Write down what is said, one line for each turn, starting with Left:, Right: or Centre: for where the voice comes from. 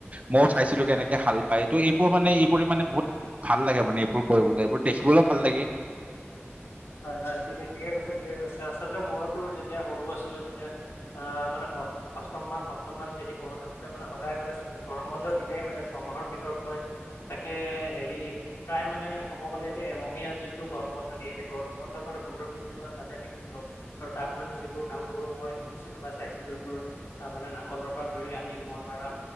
Right: মইও চাইছিলো কেনেকে হাল বায়, ত' এইবোৰ মানে এইবোৰে মানে বহুত ভাল লাগে মানে এইবোৰ কৰিবলৈ, এইবোৰ দেখিবলৈও ভাল লাগে।
Left: হয় হয়, ঠিকে ঠিকে কৈছা, ঠিকে কৈছা, আচলতে মইও তোৰ যেতিয়া সৰু আছিলোঁ তেতিয়া আহ মানে অষ্টম মান, সপ্তমমান শ্ৰেণী পঢ়ি থাকোতে মানে সদায় মানে চ গৰম বন্ধ দিলেই মানে ছয়মাহৰ ভিতৰত মই, তাকে হেৰি প্ৰায় মানে ক'ব গ'লে দেই, এমহীয়া যিটো গৰম বন্ধ দিয়ে, সেই গৰম বন্ধ পালে পোন্ধৰ বিশ দিন মান তাতে থাকিছিলো। আৰু তাত মানে যিবোৰ কাম বোৰ মই শিকিছিলো বা চাইছিলো তোৰ তাৰ মানে নাঙলৰ পৰা ধৰি আদি মৈ মাৰা